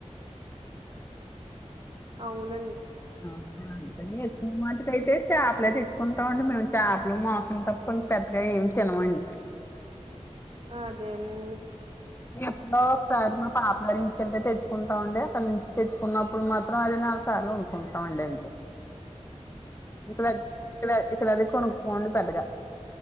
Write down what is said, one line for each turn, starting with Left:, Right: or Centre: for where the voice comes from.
Right: అవునండి
Left: అక ఎక్కువ మటుకైతే చేపలే తెచ్చుకుంటాం అండి మేము చేపలు మోసం తప్పు <unintelligible> పెద్దగా ఏం తినమండి
Right: అదేలెండి
Left: నేను ఎప్పుడో ఒకసారి మా పాప గారించికెళ్తే తెచ్చుకుంటాం అండి అక్కడి నుంచి తెచ్చుకున్నప్పుడు మాత్రం అదే నాలుగు సార్లు ఉంటుంది కుంటాండి అంతే
Right: ట్
Left: ఇక్కడ ఇక్కడ ఇక్కడ అవి <unintelligible>